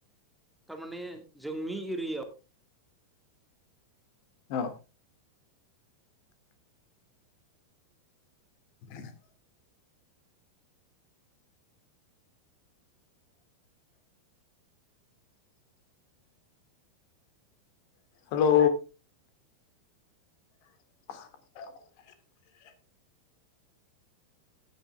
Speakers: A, in the centre; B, on the left.
A: थारमाने जोंनि एरियायाव
B: औ। <inaudible> hello <unintelligible>